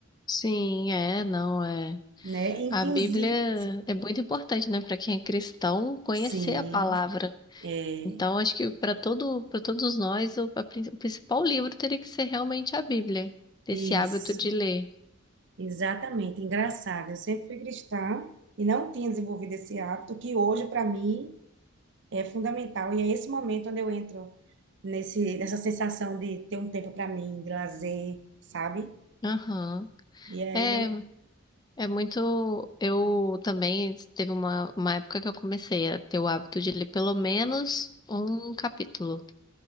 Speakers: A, on the left; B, on the right.
A: Sim, é, não é.
B: né? Inclusive,
A: A Bíblia é muito importante, né, para quem é cristão conhecer
B: Sim,
A: a palavra.
B: é
A: Então, acho que para todo, para todos nós, o, a prin- o principal livro teria que ser realmente a Bíblia, ter
B: isso,
A: esse hábito de ler.
B: exatamente. Engraçado, eu sempre fui cristã e não tinha desenvolvido esse hábito que hoje para mim é fundamental. E é esse momento onde eu entro nesse, nessa sensação de ter um tempo para mim, de lazer, sabe?
A: Aham.
B: E aí
A: É,
B: eu
A: é muito. Eu também teve uma, uma época que eu comecei a ter o hábito de ler pelo menos um capítulo